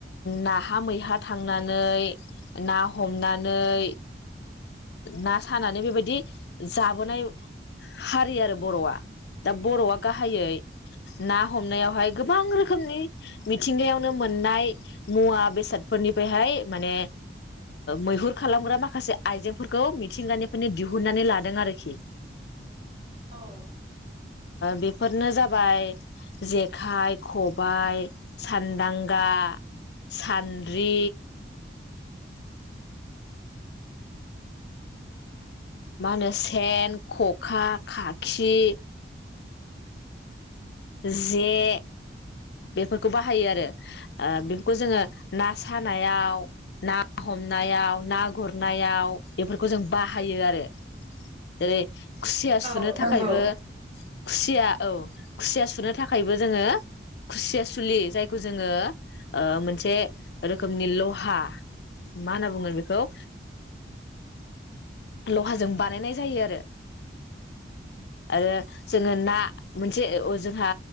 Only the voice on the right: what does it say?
औ
औ
नंगौ